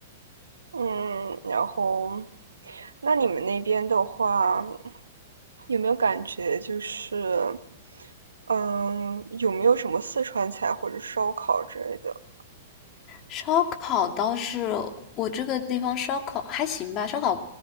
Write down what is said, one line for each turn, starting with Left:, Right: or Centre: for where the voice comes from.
Right: 嗯，然后，那你们那边的话，有没有感觉就是，嗯，有没有什么四川菜或者烧烤之类的？
Left: 烧烤倒是我这个地方烧烤还行吧，烧烤